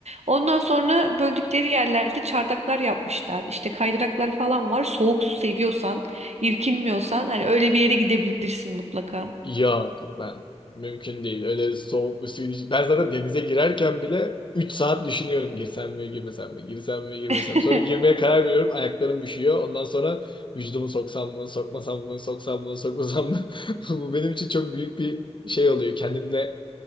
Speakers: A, on the right; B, on the left.
A: Ondan sonra böldükleri yerlerde çardaklar yapmışlar. İşte kaydıraklar falan var. Soğuk su seviyorsan, irkinmiyorsan hani öyle bir yere gidebilirsin mutlaka.
B: Yok ben mümkün değil. Öyle soğuk bir suyun iç- Ben zaten denize girerken bile 3 saat düşünüyorum girsem mi girmesem mi girsem mi girmesem.
A: <laughs>
B: mi? Sonra girmeye karar veriyorum ayaklarım üşüyor. Ondan sonra vücudumu soksam mı sokmasam mı soksam mı sokmasam mı. <laughs> Bu benim için çok büyük bir şey oluyor. Kendimle